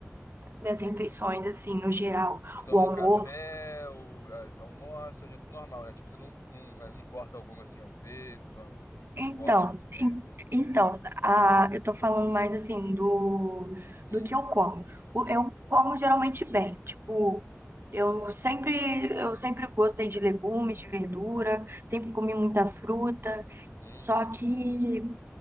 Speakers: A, on the right; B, on the left.
A: minhas refeições, assim, no geral,
B: Você toma
A: o almoço
B: um café, ou, ah, você almoça, janta normal, né? Tipo, você não, não, eh, não corta alguma, assim, às vezes, ou, ou
A: Então,
B: corta às vezes.
A: en- então, a, eu tô falando mais assim do,
B: Hum.
A: do que eu como. O- Eu como geralmente bem, tipo, eu sempre eu sempre gostei de legumes, de verdura, sempre comi muita fruta.
B: Uhum.
A: Só que